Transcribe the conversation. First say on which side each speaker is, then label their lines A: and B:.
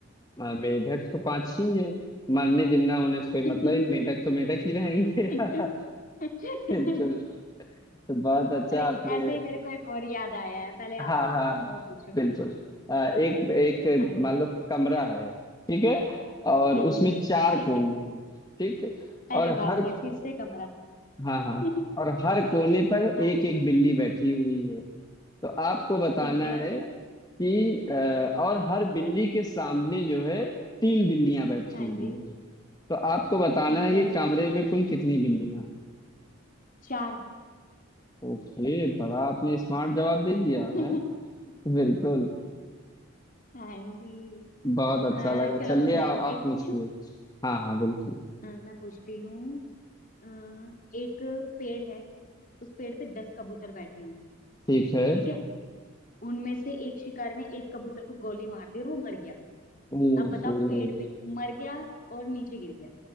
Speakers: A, on the left; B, on the left.
A: आ, मेढक तो पांच ही है मरने जिंदा होने से
B: <laughs>
A: कोई मतलब ही नहीं, मेढक तो मेढक ही रहेंगे <laughs> बिल्कुल तो बहुत अच्छा
B: अरे
A: आपने
B: ऐसे ही मेरे को एक और याद आया है पहले
A: हाँ
B: आप पूछो
A: हाँ
B: फिर मैं वो पूछूंगी
A: बिल्कुल अ, एक एक
B: हाँ जी
A: मान लो कमरा है ठीक है और
B: हम्म
A: उसमें चार
B: ठीक
A: कोने
B: है
A: हैं ठीक
B: अरे
A: और
B: बाप
A: हर
B: रे फिर से कमरा
A: हाँ हाँ
B: <laughs>
A: और हर कोने पर
B: हाँ
A: एक एक बिल्ली बैठी हुई है तो आपको बताना
B: ठीक है
A: है कि अ, और हर बिल्ली के सामने जो है तीन बिल्लियां बैठी
B: हाँ
A: हुई
B: जी
A: हैं तो आपको बताना
B: ठीक
A: है
B: है
A: कि कमरे में कुल कितनी बिल्लियां हैं
B: चार
A: ओके बड़ा आपने स्मार्ट जवाब दे दिया
B: <laughs>
A: है बिल्कुल
B: हाँ जी
A: बहुत अच्छा
B: अ,
A: लगा चलिए
B: चलो अब मैं
A: आ, आप
B: एक
A: पूछिए
B: पूछूं
A: हाँ हाँ बिल्कुल
B: अ, मैं पूछती हूँ अ, एक पेड़ है उस पेड़ पे दस कबूतर बैठे हैं
A: ठीक है
B: ठीक है उनमें से एक शिकारी ने एक कबूतर को गोली मार दी और वो मर गया
A: हम्म,
B: अब बताओ
A: हम्म,
B: पेड़ पे मर गया और नीचे गिर गया